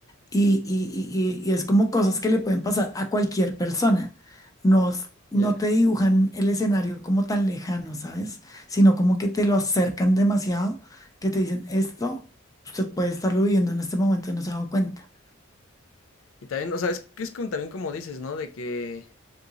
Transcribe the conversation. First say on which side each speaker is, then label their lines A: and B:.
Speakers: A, on the left (about 15°); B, on the left (about 75°).
A: y, y- y- y- y es como cosas que le pueden pasar a cualquier persona. No, s- no
B: ya.
A: te dibujan el escenario como tan lejano, ¿sabes? Sino como que te lo acercan demasiado, que te dicen, esto usted puede estarlo viviendo en este momento y no se ha dado cuenta.
B: Y también, o sea, es que es como también como dices, ¿no? De que